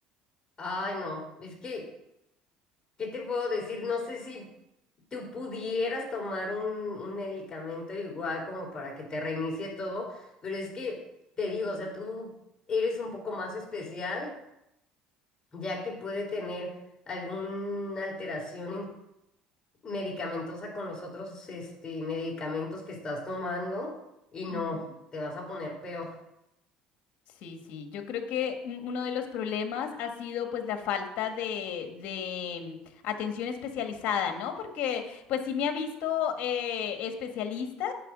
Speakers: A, on the left; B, on the left.
A: Ay, no, es que ¿Qué te puedo decir? No sé si tú pudieras tomar un, un medicamento igual como para que te reinicie todo, pero es que te digo, o sea, tú eres un poco más especial, ya que puede tener alguna alteración en- medicamentosa con los otros este, medicamentos que estás tomando y no,
B: Ujú.
A: te vas a poner peor.
B: Sí, sí, yo creo que un- uno de los problemas ha sido pues la falta de, de mm, atención especializada, ¿no? Porque pues sí me ha visto eh, especialistas,